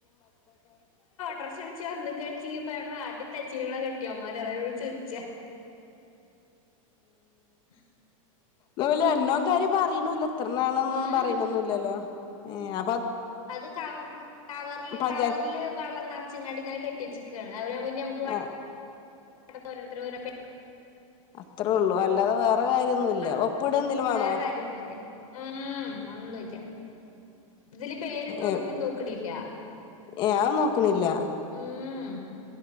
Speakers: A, on the left; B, on the left.
A: പ്രസവിച്ചൊ എന്തെക്കെ <unintelligible> ഞങ്ങളെ ആട്ടി തച്ചിലുകളെ കെട്ടിയോൻമാരാ <inaudible> അചിറ്ച്ച ഉ <inaudible>
B: ന്നാലോ എണോം കാര്യോ പറിണൂല്ല ഇത്രണ്ണാന്ന്
A: ഉം
B: പറിണൊന്നില്ലല്ലോ ഏ അ
A: അത് കവ കവറില്
B: പഞ്ചായത്ത്
A: കവറില് വെള്ളം നിറച്ചിങ്ങാണ്ട് ങ്ങനെകെട്ടിച്ചെക്കാണ് അൻന്നെ <unintelligible> നമുക്ക് വാ
B: ആ
A: <unintelligible> ഓരോര്ത്തര് ഓരോ പെ
B: അത്രേ ഉള്ളൂ അല്ലാതെ വേറെ കാര്യ ഒന്നൂല്യ
A: ആഹ്
B: ഒപ്പ്ഇടോ എന്തേലും വേണോ
A: വേറെ കാര്യൊന്നുല്ല ഉം അഒന്നുല്ലാ ഇതില് പേരുണ്ടോന്ന്
B: ഏഹ്
A: കൂടി നോക്കണ്ല്ല
B: ഏഹ് അത് നോക്കണില്ല
A: ഉം ഉം